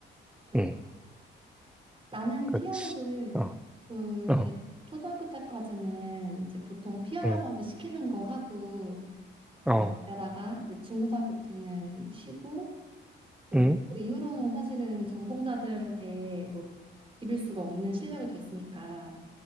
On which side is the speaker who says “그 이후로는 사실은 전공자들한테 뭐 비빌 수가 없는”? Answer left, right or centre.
Right